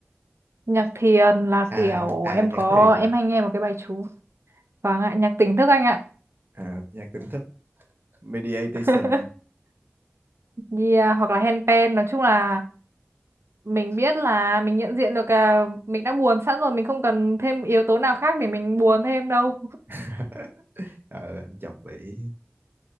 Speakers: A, on the right (about 70°); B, on the right (about 45°).
A: Nhạc thiền là
B: à
A: kiểu em
B: à nhạc
A: có,
B: thiền
A: em hay nghe một cái bài chú. Vâng ạ, nhạc tỉnh thức anh ạ.
B: à, nhạc tỉnh thức meditation
A: <laughs> Yeah, hoặc là handpan. Nói chung là mình biết là mình nhận diện được à, mình đã buồn sẵn rồi. Mình không cần thêm yếu tố nào khác để mình buồn thêm đâu.
B: <laughs> ờ anh chọc vậy